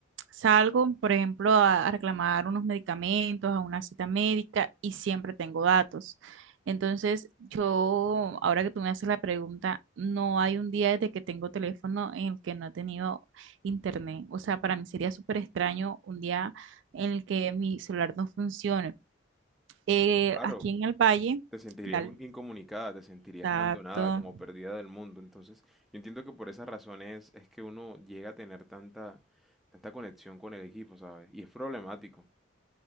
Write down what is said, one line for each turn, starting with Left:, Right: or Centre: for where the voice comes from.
Right: salgo, por ejemplo, a, a reclamar unos medicamentos, a una cita médica y siempre tengo datos. Entonces, yo, ahora que tú me haces la pregunta, no hay un día desde que tengo teléfono en el que no he tenido internet. O sea, para mí sería súper extraño un día en el que mi celular no funcione. Eh,
Centre: Claro,
Right: aquí en el Valle,
Centre: Te sentirías
Right: dale,
Centre: un- incomunicada, te sentirías
Right: dato.
Centre: abandonada, como perdida del mundo. Entonces, yo entiendo que por esas razones es que uno llega a tener tanta, tanta conexión con el equipo, ¿sabes? Y es problemático.